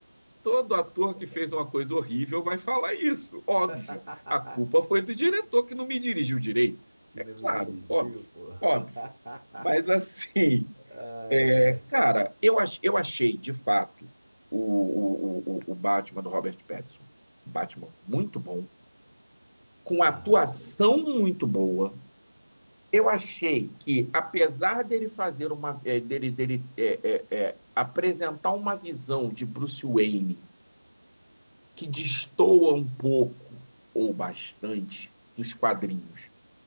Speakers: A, on the right (about 85°); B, in the centre.
A: Todo ator que fez uma coisa horrível vai falar isso, óbvio.
B: <laughs>
A: A culpa foi do diretor que não me dirigiu direito.
B: Que
A: É
B: não
A: claro,
B: me dirigiu,
A: óbvio,
B: pô. <laughs> Ai,
A: óbvio. Mas assim,
B: ai.
A: é, cara, eu, ach- eu achei de fato o, o, o, o Batman do Robert Pattinson um Batman muito bom, com
B: Aham.
A: atuação muito boa Eu achei que, apesar dele fazer uma, eh, dele, dele eh, eh, eh, apresentar uma visão de Bruce Wayne que destoa um pouco ou bastante dos quadrinhos,